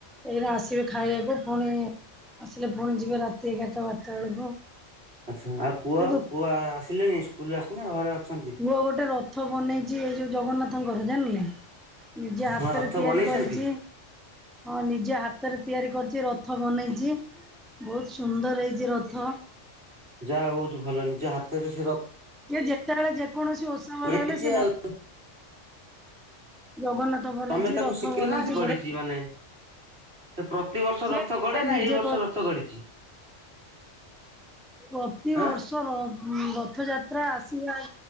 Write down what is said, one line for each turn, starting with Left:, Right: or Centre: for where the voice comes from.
Centre: ଏଇନା ଆସିବେ ଖାଇଆକୁ, ଫୁଣି ଆସିଲେ ଫୁଣି ଯିବେ ରାତି ଏଗାରଟା ବାରଟା ବେଳକୁ।
Right: ଆଚ୍ଛା ଆଉ ପୁଅ,
Centre: କିନ୍ତୁ
Right: ପୁଅ ଆସିଲେଣି ସ୍କୁଲୁରୁ ଆସିଲେ ନା ଘରେ ଅଛନ୍ତି?
Centre: ପୁଅ ଗୋଟେ ରଥ ବନେଇଛି, ଏଇ ଯୋଉ ଜଗନ୍ନାଥଙ୍କର ଜାଣିଲେ। ନିଜେ ହାତରେ
Right: ହଁ ରଥ
Centre: ତିଆରି
Right: ବନେଇଛନ୍ତି
Centre: କରିଛି। ହଁ ନିଜ ହାତରେ ତିଆରି କରିଚି, ରଥ ବନେଇଚି ବହୁତ ସୁନ୍ଦର ହେଇଛି ରଥ।
Right: ଯା ହଉ ବହୁତ ଭଲ, ନିଜ ହାତରେ ସେ ର
Centre: ସେ ଯେତେବେଳେ ଯେକୌଣସି ଓଷା ବାର
Right: <unintelligible>
Centre: ହେଲେ ସେ ଜଗନ୍ନାଥ ବନେଇଛି
Right: ତମେ ତାକୁ
Centre: ରଥ
Right: ଶିଖିଲ
Centre: ବନେଇଛି
Right: ନା, ଗଢିଛି
Centre: ବଢିଆ
Right: ମାନେ ପ୍ରତିିବର୍ଷ
Centre: ଯେ
Right: ରଥ ଗଡ଼େ
Centre: ସେ
Right: ନା!
Centre: ନିଜେ
Right: ଏଇ ବର୍ଷ ରଥ ଗଡିଛି?
Centre: ପ୍ରତିିବର୍ଷ
Right: ଆଁ
Centre: ର-ରଥଯାତ୍ ଆତ୍ରା ଆସିବା,